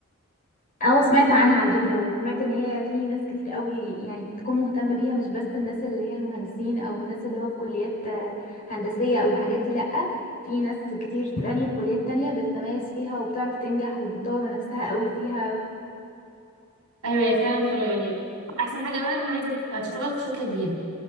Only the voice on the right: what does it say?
ايوه هي فعلا حلوه يعني احسن حاجه بقى ان انا عايزه اشتغل في شركه كبيره